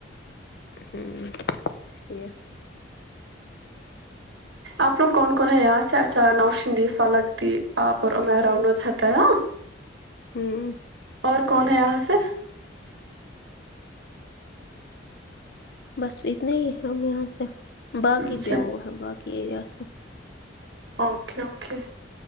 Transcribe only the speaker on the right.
آپ لوگ کون کون ہیں یہاں سے اچھا نوشند فلک دی آپ اور امیرا نوزتا ہاں
اور کون ہے یہاں سے
اچھا
اوکے اوکے